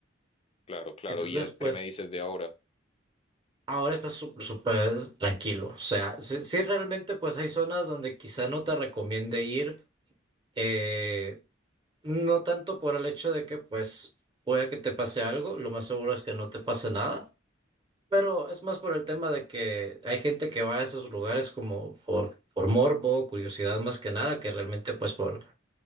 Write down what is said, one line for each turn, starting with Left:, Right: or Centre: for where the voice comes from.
Left: Claro, claro.
Right: Entonces
Left: ¿Y a- qué
Right: pues
Left: me dices de ahora?
Right: Ahora está sú- súper tranquilo. O sea, sí, sí realmente pues hay zonas donde quizá no te recomiende ir, eh, no tanto por el hecho de que pues pueda que te pase algo, lo más seguro es que no te pase nada, pero es más por el tema de que hay gente que va a esos lugares como por, por morbo, curiosidad más que nada, que realmente pues por